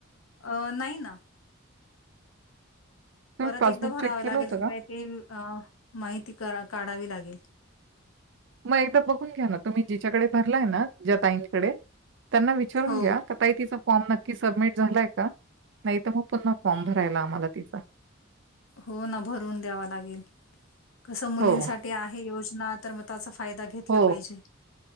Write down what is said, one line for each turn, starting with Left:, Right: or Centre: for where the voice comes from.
Left: अ नाही ना
Right: तुम्ही
Left: परत
Right: पासबुक
Left: एकदा भरावं
Right: चेक केलं
Left: लागेल
Right: होतं
Left: की
Right: का?
Left: काय ते अ माहिती काढावी लागेल.
Right: मग एकदा बघून घ्या ना तुम्ही जिच्याकडे भरलाय ना ज्याताईंकडे त्यांना विचारून
Left: हो
Right: घ्या का ताई तिचा फॉर्म नक्की सबमिट झालाय का नाही तर मग पुन्हा फॉर्म भरायला आम्हाला तिचा
Left: हो. ना भरून द्यावा लागेल. कसं मुलींसाठी
Right: हो,
Left: आहे योजना. तर मग फायदा घेतला
Right: हो
Left: पाहिजे.